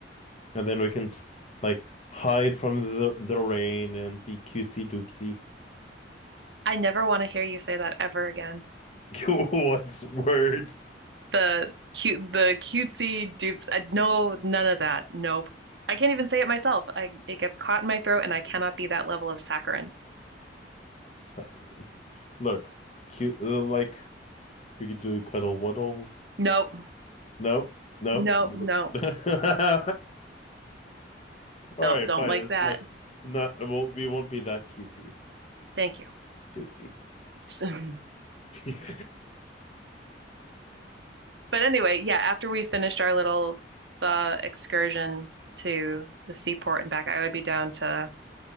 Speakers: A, on the left (about 40°); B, on the right (about 70°).
A: And then we can like hide from the the rain and be cutesy doopsy.
B: I never want to hear you say that ever again.
A: <laughs> What's word?
B: the cute the cutesy dupes I, no none of that nope I can't even say it myself I it gets caught in my throat and I cannot be that level of saccharine
A: Saccharine. Look, cute. uh, Like we could do cuddle waddles.
B: nope
A: Nope, nope.
B: nope nope
A: <laughs> All
B: nope
A: right,
B: don't
A: fine.
B: like
A: It's
B: that
A: like not. Well, we won't be that cutesy
B: thank you
A: doopsy.
B: <laughs>
A: <laughs>
B: but anyway yeah after we finished our little uh, excursion to the seaport and back I would be down to